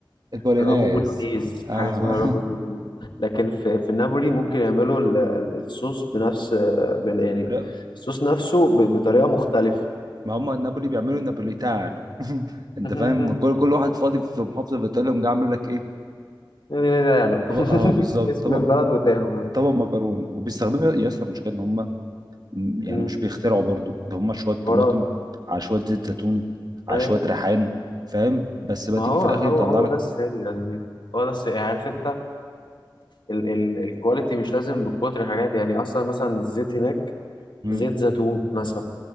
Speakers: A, on the right; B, on the left.
A: البولينيز
B: راجو بولونيز
A: اه
B: حاجه اسمها راجو بولونيز لكن في في نابولي ممكن يعملوا ال- ال- الصوص بنفس بن- يعني
A: <laughs>
B: الصوص نفسه ب- بطريقه مختلفه
A: ما هم النابولي بيعملوا النابوليتانو <laughs> انت
B: <laughs>
A: فاهم كل كل واحد فاضي في محافظه في ايطاليا ومجي عامل لك ايه
B: يعني ده تانو
A: طبق اه
B: <laughs>
A: بالظبط
B: اسم
A: طبق
B: البلد وتانو ده
A: طبق مكرونه وبيستخدموا يا اسطى المشكله ان هم م- يعني
B: مم.
A: مش بيخترعوا برضو ده هم شويه طماطم
B: حوارات
A: على شويه زيت زيتون على
B: اي
A: شويه ريحان فاهم بس بقى
B: ما
A: تيجي
B: هو
A: في الاخر
B: هو
A: يطلع
B: هو
A: لك
B: ده السر يا زميلي هو ده السر يعني عارف انت ال ال الكواليتي مش لازم بكتر حاجات يعني اصلا مثلا الزيت هناك
A: امم
B: زيت زيتون مثلا